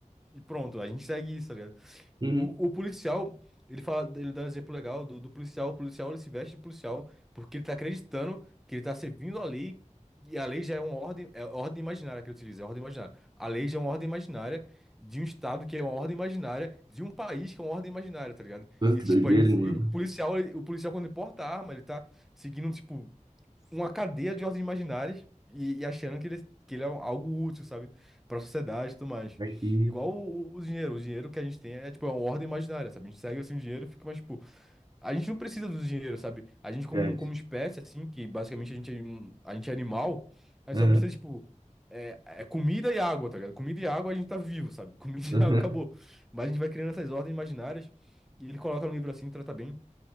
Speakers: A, in the centre; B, on the right.
A: e pronto, a gente segue isso, tá ligado?
B: Uhum.
A: O, o policial, ele fala, ele dá um exemplo legal do, do policial. O policial, ele se veste de policial porque ele tá acreditando que ele tá servindo a lei. E a lei já é uma ordem, é ordem imaginária que ele utiliza, é ordem imaginária. A lei já é uma ordem imaginária de um estado que é uma ordem imaginária, de um país que é uma ordem imaginária, tá ligado?
B: Nossa,
A: E
B: Que
A: tipo,
B: doideira,
A: a gente,
B: mano.
A: e o policial, ele- o policial quando ele porta a arma, ele tá seguindo, tipo, uma cadeia de ordens imaginárias e, e achando que ele, que ele é um, algo útil, sabe? Para a sociedade e tudo mais.
B: Aqui,
A: Igual o, o- o dinheiro. O dinheiro que a gente tem é, tipo, é uma ordem imaginária, sabe? A gente segue, assim, o dinheiro e fica, mas, tipo... A gente não precisa do dinheiro, sabe? A gente, como,
B: verdade.
A: como espécie, assim, que basicamente a gente, é um- a gente é animal, a
B: Aham.
A: gente só precisa, tipo... É, é comida e água, tá ligado? Comida e água a gente tá vivo, sabe? <laughs> Comida
B: <laughs>
A: e água acabou. Mas a gente vai criando essas ordens imaginárias e ele coloca no livro assim, trata bem,